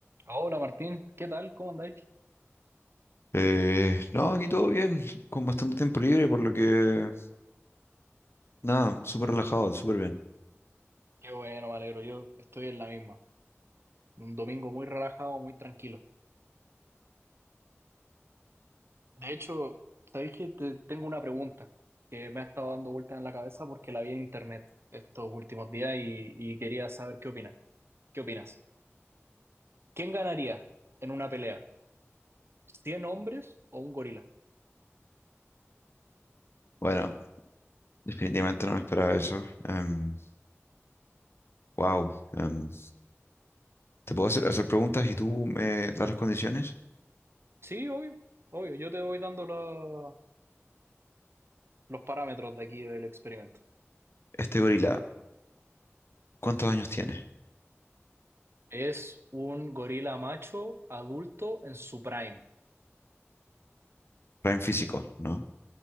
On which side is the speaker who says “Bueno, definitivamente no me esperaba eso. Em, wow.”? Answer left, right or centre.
Left